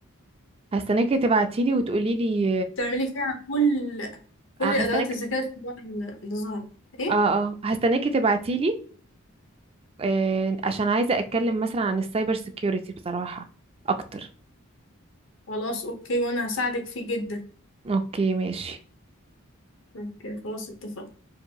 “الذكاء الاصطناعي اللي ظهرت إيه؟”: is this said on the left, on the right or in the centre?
Left